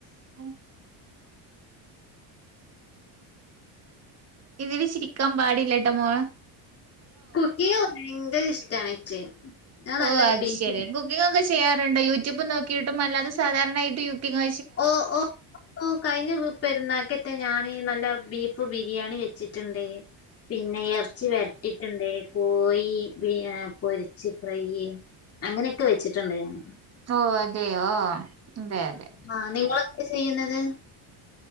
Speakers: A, on the right; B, on the left.
A: ഉ ഇതില് ചിരിക്കാൻ പാടില്ലട്ടൊ മ്മ്വൊ
B: കുക്കിങ് ഭയങ്കര ഇഷ്ടാണ് ഇച്ച് ഞാൻ നല്ല
A: ഓഹ് അത്
B: ബീഫ്
A: ശരി കുക്കിംഗ് ഒക്കെ ചെയ്യാറിണ്ടോ യൂട്യൂബ് നോക്കീട്ടും അല്ലാതെ സാധാര്ണായിട്ട് യു കുക്കിങ്ങൊ
B: ഓഹ് ഓഹ് ഓഹ് കൈഞ്ഞെ പെര്ന്നാക്കത്തെ ഞാന് നല്ല ബീഫ് ബിരിയാണി വെച്ചിട്ടിണ്ട് പിന്നെ എർച്ചി വെര്ട്ടിട്ടിണ്ട് കോയി ബി ഏഹ് പൊരിച്ച് ഫ്രൈയ്യ് അങ്ങനെക്കെ വെച്ചിട്ടിണ്ട് ഞാൻ
A: ഓഹ് അതെയോ അതെ അതെ
B: ആഹ് നിങ്ങളെന്താ ചെയ്യുന്നത്